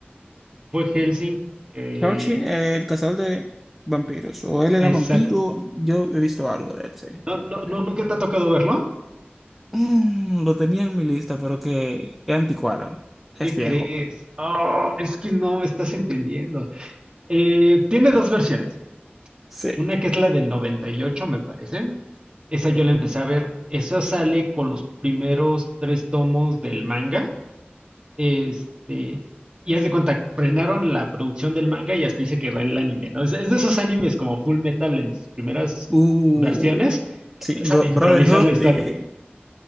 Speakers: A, on the right (about 25°); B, in the centre.
A: Fue Helsing, eh,
B: Crouchy, eh, el cazador de vampiros. O él era
A: exacto.
B: vampiro, yo he visto algo de él, sí.
A: No,
B: Ok.
A: no, ¿nunca te ha tocado verlo?
B: Mm, lo tenía en mi lista, pero que es anticuado. Es
A: ¿Qué
B: viejo.
A: crees? Oh, es que no estás entendiendo. Eh, tiene dos versiones.
B: Sí.
A: Una que es la del 98, me parece. Esa yo la empecé a ver. Esa sale con los primeros tres tomos del manga. Este, y haz de cuenta, frenaron la producción del manga y hasta ahí se quedó el anime, ¿no? Es, es de esos animes como Full Metal en sus primeras
B: Uh,
A: versiones, que
B: sí,
A: empiezan
B: Bro-
A: a improvisar
B: Brotherhood
A: la historia.
B: y,